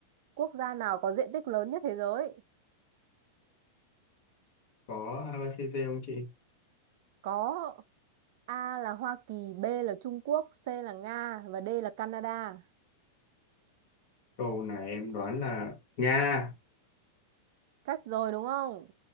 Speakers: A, on the right (about 60°); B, on the left (about 55°).
A: Quốc gia nào có diện tích lớn nhất thế giới?
B: Có ABCD không chị?
A: Có A là Hoa Kỳ, B là Trung Quốc, C là Nga và D là Canada.
B: Câu này em đoán là Nga,
A: Chắc rồi đúng không?